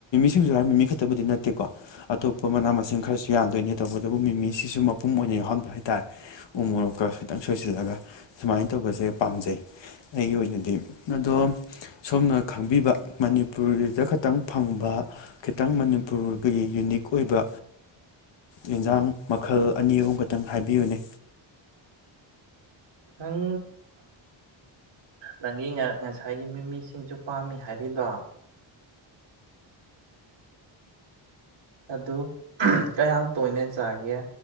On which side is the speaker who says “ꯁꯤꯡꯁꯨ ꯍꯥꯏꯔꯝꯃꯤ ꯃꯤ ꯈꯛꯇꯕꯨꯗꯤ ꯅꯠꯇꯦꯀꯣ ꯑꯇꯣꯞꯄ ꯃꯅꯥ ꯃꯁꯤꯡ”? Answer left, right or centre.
Left